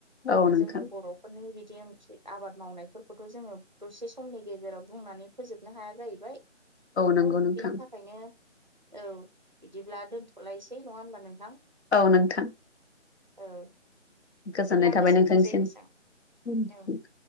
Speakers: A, on the right (about 40°); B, on the left (about 65°).
A: जोङो
B: औ नोंथां औ नोंथां
A: जोंनि बर'फोरनि बि <inaudible> आबाद मावनायफोरखौथ' जोङो दसे समनि गेजेराव बुंनानै फोजोबनो हाया जाहैबाय
B: नंगौ
A: औ बिनि
B: नोंथां
A: थाखायनो औ बिदिब्ला दोनथ'लायसै। नङा होनबा नोंथां?
B: औ नोंथां
A: औ बिदिब्ला
B: गोजोननाय थाबाय
A: गोजोनथोंसै
B: नोंथां। थांनि सिम
A: नोंसां औ
B: <inaudible>